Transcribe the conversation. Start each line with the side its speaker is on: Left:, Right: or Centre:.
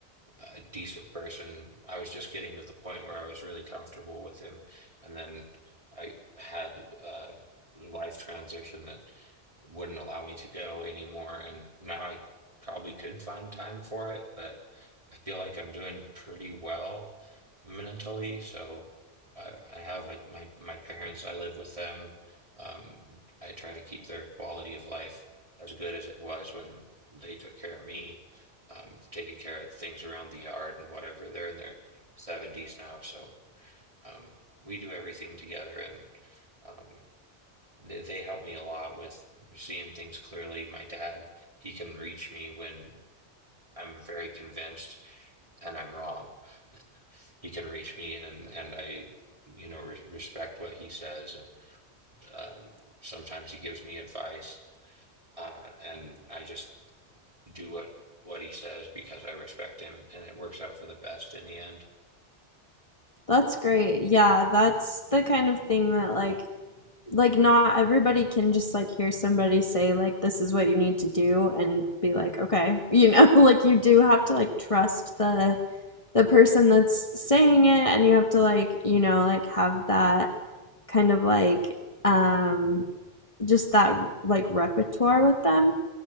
Right: a decent person. I was just getting to the point where I was really comfortable with him, and then I had a life transition that wouldn't allow me to go anymore, and now I probably could find time for it, but I feel like I'm doing pretty well mentally, so I, I have like my my parents, I live with them. Um, I try to keep their quality of life as good as it was when they took care of me um, taking care of things around the yard and whatever. They're in their 70s now, so um, we do everything together, and um, they, they help me a lot with seeing things clearly. My dad, he can reach me when I'm very convinced and I'm wrong. He can reach me, and and I, you know, re respect what he says, and um, sometimes he gives me advice, uh, and I just do what what he says because I respect him, and it works out for the best in the end.
Left: that's great. Yeah, that's the kind of thing that like like not everybody can just like hear somebody say like this is what you need to do and be like, okay, you know, <laughs> like you do have to like trust the the person that's saying it and you have to like, you know, like have that kind of like um just that like repertoire with them.